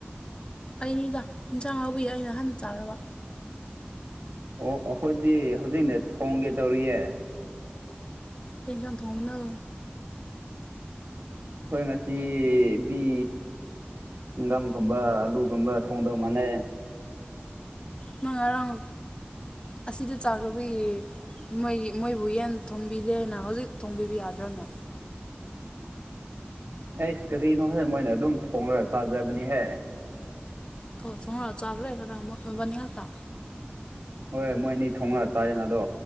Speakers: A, on the left; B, on the right.
A: ꯑꯩꯅꯤꯗ ꯌꯦꯟꯖꯥꯡ ꯍꯧꯕꯩ ꯑꯩꯅ ꯍꯥꯟꯅ ꯆꯔꯕ꯫
B: ꯑꯣ ꯑꯩꯈꯣꯏꯗꯤ ꯍꯧꯖꯤꯛꯅ ꯊꯣꯡꯒꯦ ꯇꯧꯔꯤꯌꯦ꯫
A: ꯀꯩ ꯍꯦꯟꯖꯡ ꯊꯣꯡꯕꯅꯣ?
B: ꯈꯣꯏ ꯉꯁꯤꯗꯤ, ꯍꯪꯒꯥꯝꯒꯨꯝꯕ ꯑꯂꯨꯒꯨꯝꯕ ꯊꯣꯡꯗꯧ ꯃꯥꯥꯟꯅꯦ꯫
A: ꯅꯪ ꯉꯔꯥꯡ ꯑꯁꯤꯗ ꯆꯥꯈ꯭ꯔꯕꯏ ꯃꯣꯏꯒꯤ ꯃꯣꯏꯕꯨ ꯌꯦꯟ ꯊꯣꯡꯕꯤꯗꯦꯅ ꯍꯧꯖꯤꯛ ꯊꯣꯡꯕꯤꯕ ꯌꯥꯗ꯭ꯔꯣꯅꯦ
B: ꯑꯩꯁ ꯀꯔꯤꯅꯣ ꯍꯦ ꯃꯣꯏꯅ ꯑꯗꯨꯝ ꯊꯣꯡꯔꯒ ꯆꯥꯖꯕꯅꯤꯍꯦ꯫
A: ꯑꯣ ꯊꯣꯡꯔꯒ ꯆꯒ꯭ꯔꯦ ꯉꯔꯥꯡ ꯃꯕꯅꯤꯉꯛꯇꯥ꯫
B: ꯍꯣꯏ ꯃꯣꯏꯅꯤ ꯊꯣꯡꯅ ꯆꯥꯏꯌꯦꯅ ꯑꯗꯣ